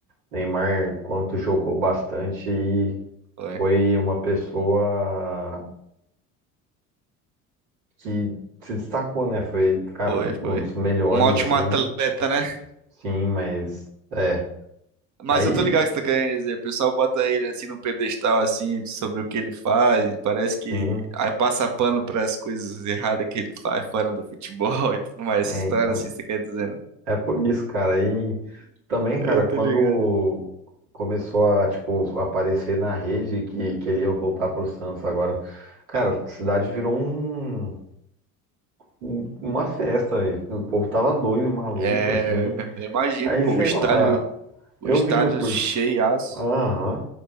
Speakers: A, on the right; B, on the right.
A: Neymar, enquanto jogou bastante,
B: Foi,
A: foi uma pessoa. que se destacou, né? Foi, cara,
B: foi, foi.
A: um dos melhores,
B: Um ótimo
A: assim.
B: atleta, né?
A: Sim, mas. É.
B: Mas
A: Aí,
B: eu tô ligado o que você tá querendo dizer. O pessoal bota ele assim no pedestal, assim, sobre o que ele faz. e Parece que
A: sim.
B: aí passa pano pras coisas erradas que ele faz fora do futebol <laughs> e tudo mais.
A: É,
B: Essa história
A: então.
B: assim, você quer dizer? né?
A: É por isso, cara. Aí também, cara,
B: Eu
A: quando
B: tô ligado.
A: começou a, tipo, aparecer na rede que, que ele ia voltar pro Santos agora. Cara, a cidade virou um, um- uma festa, velho. O povo tava doido, maluco,
B: É,
A: assim.
B: eu imagino,
A: Aí,
B: pô,
A: sei
B: o estádio,
A: lá.
B: o
A: Eu
B: estádio
A: vindo por.
B: cheiaço.
A: Aham.